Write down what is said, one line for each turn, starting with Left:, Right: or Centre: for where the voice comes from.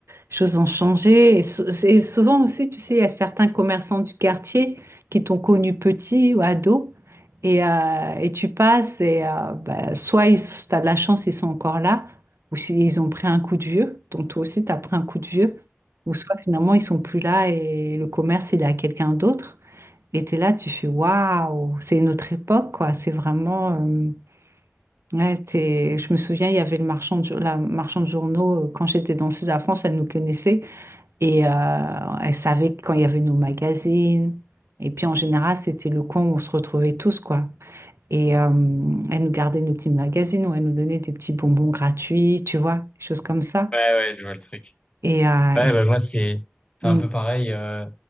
Right: choses ont changé. Et, sou- et souvent aussi, tu sais, il y a certains commerçants du quartier qui t'ont connu petit ou ado. Et, euh, et tu passes et euh, bah, soit ils, t'as de la chance, ils sont encore là, ou s'ils ont pris un coup de vieux, donc toi aussi t'as pris un coup de vieux, ou soit finalement ils sont plus là et le commerce il est à quelqu'un d'autre. Et t'es là, tu fais waouh, c'est une autre époque quoi. C'est vraiment, euh, ouais, t'es- je me souviens, il y avait le marchand de, jour- la marchande de journaux euh, quand j'étais dans le sud de la France, elle nous connaissait. Et euh, elle savait quand il y avait nos magazines. Et puis en général, c'était le coin où on se retrouvait tous, quoi. Et euh, elle nous gardait nos petits magazines ou elle nous donnait des petits bonbons gratuits, tu vois, des choses comme ça.
Left: Ouais, ouais, je vois le truc.
Right: Et, euh,
Left: Ouais,
Right: et-
Left: bah, moi, c'est c'est
Right: Mm,
Left: un peu pareil. euh,